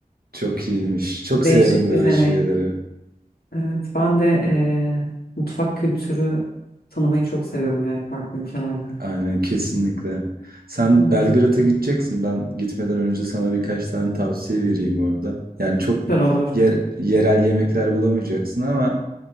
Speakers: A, on the right; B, on the left.
A: Çok iyiymiş. Çok
B: Değişik
A: severim böyle
B: bir deneyim.
A: şeyleri.
B: Evet, ben de eee, mutfak kültürü tanımayı çok seviyorum yani farklı ülkelerde.
A: Aynen kesinlikle. Sen
B: Hı hı.
A: Belgrad'a gideceksin. Ben gitmeden önce sana birkaç tane tavsiye vereyim orada. Yani çok
B: Süper olur.
A: yer- yerel yemekler bulamayacaksın ama